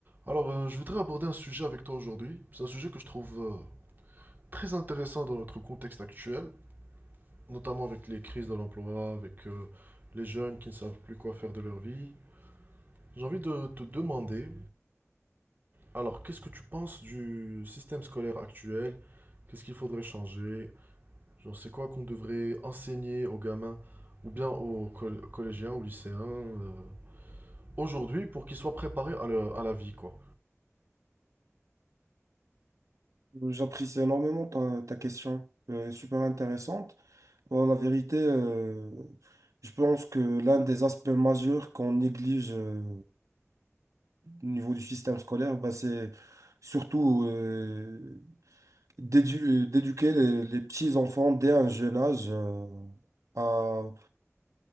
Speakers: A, on the right; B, on the right.
A: Alors, euh, je voudrais aborder un sujet avec toi aujourd'hui. C'est un sujet que je trouve euh, très intéressant dans notre contexte actuel, notamment avec les crises de l'emploi, avec euh, les jeunes qui ne savent plus quoi faire de leur vie. J'ai envie de te demander, alors, qu'est-ce que tu penses du système scolaire actuel? Qu'est-ce qu'il faudrait changer? Genre, c'est quoi qu'on devrait enseigner aux gamins ou bien aux coll- collégiens, aux lycéens euh, aujourd'hui pour qu'ils soient préparés à, le- à la vie, quoi?
B: J'apprécie énormément ta, ta question, euh, super intéressante. Bon, la vérité, euh, je pense que l'un des aspects majeurs qu'on néglige euh, au niveau du système scolaire, bah, c'est surtout euh, d'édu- d'éduquer les, les petits enfants dès un jeune âge euh, à